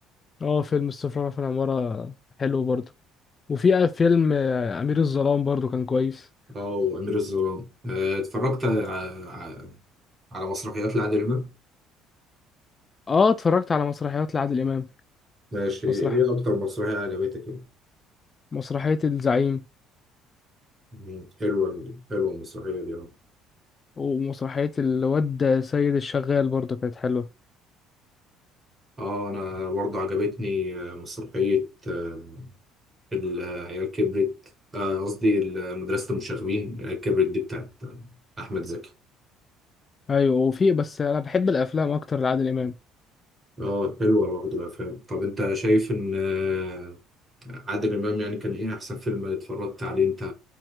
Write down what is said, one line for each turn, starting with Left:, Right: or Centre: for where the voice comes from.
Left: اه فيلم السفارة في العمارة حلو برضو وفي آه، فيلم آه، امير الظلام برضو كان كويس
Right: اه وامير الظلام آه اتفرجت على, على مسرحيات لعادل امام
Left: اه اتفرجت على مسرحيات لعادل امام
Right: ماشي ايه
Left: مسرح
Right: اكتر مسرحية عجبتك يعني؟
Left: مسرحية الزعيم
Right: مم. حلوة ال- حلوة المسرحية دي اه
Left: ومسرحية الواد سيد الشغال برضه كانت حلوة
Right: اه انا برضه عجبتني آه، مسرحية آه، العيال كبرت آه، قصدي ال- مدرسة المشاغبين العيال كبرت دي بتاعت أحمد زكي
Left: أيوة وفي بس أنا بحب الأفلام أكتر لعادل إمام
Right: اه حلوة برضه الأفلام طب أنت شايف إن آه، عادل إمام يعني كان إيه أحسن فيلم اتفرجت عليه أنت